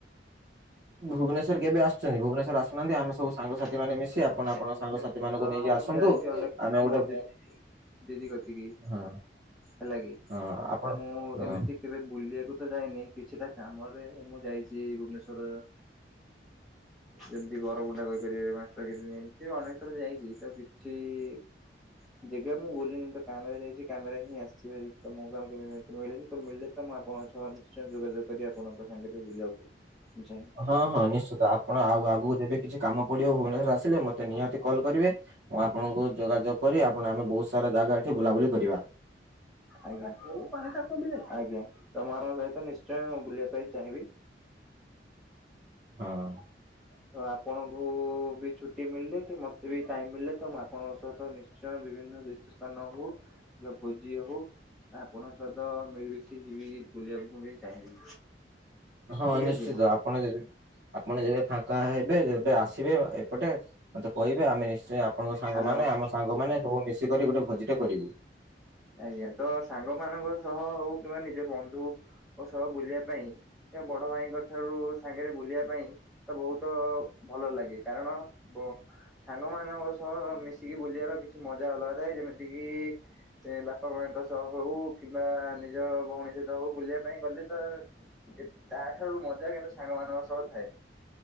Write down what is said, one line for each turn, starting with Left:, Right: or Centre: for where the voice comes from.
Right: ଭୁବନେଶ୍ୱର କେବେ ଆସୁଛନ୍ତି ଭୁବନେଶ୍ୱର ଆସୁନାହାନ୍ତି ଆମେ ସବୁ ସାଙ୍ଗସାଥି
Centre: ସାଙ୍ଗସାଥିମାନେ
Right: ମାନେ ଆପଣ
Centre: ମିଶି
Right: ଆପଣଙ୍କ
Centre: ଅନେକ ଅନେକ
Right: ସାଙ୍ଗସାଥି ମାନଙ୍କୁ
Centre: ଥର
Right: ନେଇକି
Centre: ମୁଁ
Right: ଆସନ୍ତୁ
Centre: ଯାଇଛି ଅନେକ
Right: ଆମେ
Centre: ଆମ
Right: ଗୋଟେ
Centre: ବ୍ୟାଚ୍। ଦିଦି କତିକି,
Right: ହଁ
Centre: ହେଲା କି
Right: ହଁ ଆପଣ
Centre: ତ ମୁଁ
Right: ହଁ
Centre: ଏମିତି କେବେ ବୁଲିବାକୁ ତ ଯାଇନି କିଛିଟା କାମରେ ମୁଁ ଯାଇଛି ଭୁବନେଶ୍ୱର। ଯେମିତି ବରମୁଣ୍ଡା କହିଲି। <unintelligible> ମାଷ୍ଟରକିରୀ ଏମତି ଅନେକ ଥର ଯାଇଛି ତ କିଛିଇ ଜେଗା ମୁଁ ବୁଲିନି ତ କାମରେ ଯାଇଛି କାମରେ ହିଁ ଆସିିଚୀଭାରି ତମ କାମ କେବେ ମିଳିନିତ ମିିଳିଲେ ତ ମୁଁ ଆପଣଙ୍କ ସହ ନିଶ୍ଚୟ ଯୋଗାଯୋଗ କରିବି ଆପଣଙ୍କ ସାଙ୍ଗରେ ବୁଲିବାକୁ। ମୁଁ ଚାହିଁବି
Right: ହଁ ହଁ ନିଶ୍ଚିତ ଆପଣ ଆଉଁ ଆଗକୁ ଯେବେ କିଛି କାମପଡିବ ଭୁବନେଶ୍ୱର ଆସିଲେ ମତେ ନିହାତି କଲ୍ କରିବେ ମୁଁ ଆପଣଙ୍କୁ ଯୋଗାଯୋଗ କରିବି ଆପଣ ଆମ ବହୁତ ସାରା ଜାଗା ଏଠି ବୁଲାବୁଲି କରିବା।
Centre: ଆଜ୍ଞାକଉ ପାଣିଟା କମିଲାକି ଆଜ୍ଞା ତମ ମାନଙ୍କ ସହିତ ନିଶ୍ଚୟ ବୁଲିବା ପାଇଁ ଚାହିଁବି <inaudible>
Right: ହଁ
Centre: ତ ଆପଣଙ୍କୁ ଉଁ ବି ଛୁଟି ମିଳିନି କି ମତେ ମୋତେବି ଟାଇମ ମିଳିଲେ ତ ମୁଁ ଆପଣଙ୍କ ସହିତ ନିଶ୍ଚୟ ବିଭିନ୍ନ ତୀର୍ଥସ୍ଥାନ ହଉଁ କିବା ଭୋଜି ହୋଉ ଆପଣଙ୍କ ସହିତ ମିଳିମିଶି ଯିବି ବୁଲିବାକୁ ମୁଁ ବି ଚାହିଁବି।
Right: ହଁ
Centre: ଠିକ
Right: ନିଶ୍ଚିତ,
Centre: ଅଛି
Right: ଆପଣ ଯେବ୍ ଆପଣ ଯେବେ ଫାଙ୍କା ହେବେ, ଯେ ବେ ଆସିବେ ଏପଟେ ମୋତେ କହିବେ ଆମେ ନିଶ୍ଚୟ ଆପଣଙ୍କ ସାଙ୍ଗମାନେ
Centre: ହ୍ୟାଲୋ।
Right: ଆମ ସାଙ୍ଗମାନେ ସବୁ ମିଶିକରି ଗୋଟେ ଭୋଜିଟେ କରିବୁ।
Centre: ଆଜ୍ଞା ତ ସାଙ୍ଗମାନଙ୍କ ସହ ହଉ କିମ୍ବା ନିଜ ବନ୍ଧୁଙ୍କ ସହ ବୁଲିବା ପାଇଁ ତ ବଡ଼ ଭାଇଙ୍କ ଠାରୁ ସାଙ୍ଗରେ ବୁଲିବା ପାଇଁ। ତ ବହୁତ ଭଲ ଲାଗେ କାରଣ ବ୍ ସାଙ୍ଗମାନଙ୍କ ସହ ମିଶିକି ବୁଲିଟା କିଛି ମଜା ଅଲଗା ଥାଏ ଯେମିତିକିି! ସେ ବାପାମାଙ୍କ ସହ ହଉ କିମ୍ବା ନିଜ ଭଉଣୀ ସହିତ ହଉଁ ବୁଲିବାପାଇଁ ଗଲେତ ଏ ତାଠାରୁ ମଜା କିନ୍ତୁ ସାଙ୍ଗ ମାନଙ୍କ ସହ ଥାଏ।